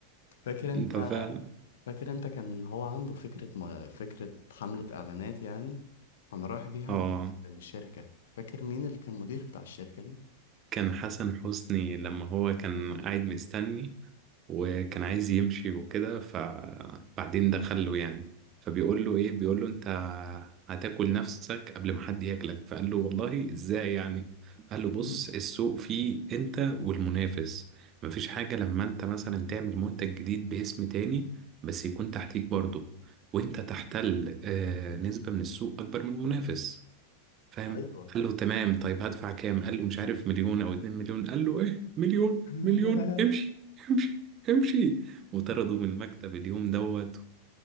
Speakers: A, on the left (about 60°); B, on the right (about 30°).
A: فاكر انت
B: انت فعلا
A: فاكر انت كان هو عنده فكرة ما فكرة حملة إعلانات يعني كان رايح بيها
B: اه
A: ل- للشركة فاكر مين اللي كان مدير بتاع الشركة دي؟
B: كان حسن حسني لما هو كان
A: مم.
B: قاعد مستني وكان عايز يمشي وكده فبعدين دخل له يعني فبيقول له ايه بيقول له انت هتاكل نفسك قبل ما حد ياكلك فقال له والله ازاي يعني قال له بص
A: <laughs>
B: السوق فيه انت والمنافس مفيش حاجة لما انت مثلا تعمل منتج جديد باسم تاني بس يكون تحتيك برضه وانت تحتل آه، نسبة من السوق اكبر من المنافس فاهم
A: أيوه
B: قال له تمام طيب هدفع كام قال له مش عارف مليون او اتنين مليون قال له ايه مليون
A: <laughs>
B: مليون امشي <laughs> امشي امشي وطرده من المكتب اليوم دوت